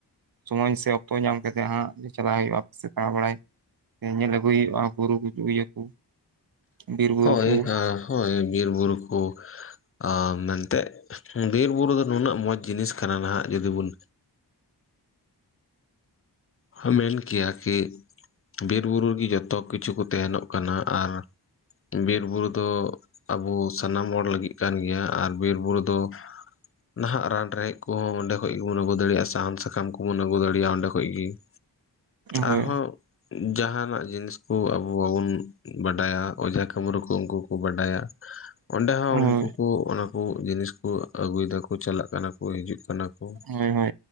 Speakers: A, on the right; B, on the left.
A: ᱥᱳᱚᱢᱚᱭ ᱥᱮ ᱚᱠᱛᱚ ᱧᱟᱢ ᱠᱟᱛᱮ ᱦᱟᱸᱜ ᱪᱟᱞᱟᱜ ᱦᱩᱭᱩᱜᱼᱟ ᱟᱯᱮ ᱥᱮᱫ ᱫᱟᱲᱟ ᱵᱟᱲᱟᱭ ᱧᱮᱧ ᱟᱹᱜᱩᱭ ᱦᱩᱭᱩᱜᱼᱟ ᱵᱩᱨᱩ <unintelligible> ᱵᱤᱨᱵᱩᱨᱩ
B: ᱦᱳᱭ
A: ᱠᱚ ᱾
B: ᱦᱳᱭ ᱵᱤᱨ ᱵᱩᱨᱩ ᱠᱚ ᱟ ᱢᱮᱱᱛᱮ ᱵᱤᱨ ᱵᱩᱨᱩ ᱫᱚ ᱱᱩᱱᱟᱹᱜ ᱢᱚᱸᱡᱽ ᱡᱤᱱᱤᱥ ᱠᱟᱱᱟ ᱱᱟᱦᱟᱜ ᱡᱩᱫᱤ ᱵᱚᱱ ᱦᱟᱢᱮᱱ ᱠᱮᱭᱟ ᱠᱤ ᱵᱤᱨᱵᱩᱨᱩ ᱨᱮ ᱜᱮ ᱡᱚᱛᱚ ᱠᱤᱪᱷᱩ ᱠᱚ ᱛᱟᱦᱮᱱᱚᱜ ᱠᱟᱱᱟ ᱟᱨ ᱵᱤᱨᱵᱩᱨᱩ ᱫᱚ ᱟᱵᱚ ᱥᱟᱱᱟᱢ ᱦᱚᱲ ᱞᱟᱹᱜᱤᱫ ᱠᱟᱱ ᱜᱮᱭᱟ ᱟᱨ ᱵᱤᱨᱵᱩᱨᱩ ᱫᱚ ᱱᱟᱦᱟᱜ ᱨᱟᱱ ᱨᱮᱦᱮᱫ ᱠᱚᱦᱚᱸ ᱚᱸᱰᱮ ᱠᱷᱚᱡ ᱜᱮᱵᱚᱱ ᱟᱹᱜᱩ ᱫᱟᱲᱮᱭᱟᱜᱼᱟ ᱥᱟᱦᱟᱱ ᱥᱟᱠᱟᱢ ᱠᱚᱵᱚᱱ ᱟᱹᱜᱩ ᱫᱟᱲᱮᱭᱟᱜᱼᱟ ᱚᱸᱰᱮ ᱠᱷᱚᱡ ᱜᱮ ᱾
A: ᱦᱳᱭ
B: ᱟᱨ ᱦᱚᱸ ᱡᱟᱦᱟᱸᱱᱟᱜ ᱡᱤᱱᱤᱥ ᱠᱚ ᱟᱵᱚ ᱵᱟᱵᱚᱱ ᱵᱟᱰᱟᱭᱟ ᱚᱡᱷᱟ ᱠᱟᱹᱢᱨᱩ ᱠᱚ ᱩᱱᱠᱩ ᱠᱚ ᱵᱟᱰᱟᱭᱟ ᱾ ᱚᱸᱰᱮ ᱦᱚᱸ
A: ᱦᱳᱭ
B: ᱩᱱᱠᱩ ᱠᱚ ᱚᱱᱟ ᱠᱚ ᱡᱤᱱᱤᱥ ᱠᱚ ᱟᱹᱜᱩᱭ ᱫᱟᱠᱚ ᱪᱟᱞᱟᱜ ᱠᱟᱱᱟ ᱠᱚ ᱦᱤᱡᱩᱜ ᱠᱟᱱᱟ ᱠᱚ ᱾
A: ᱦᱳᱭ ᱦᱳᱭ ᱾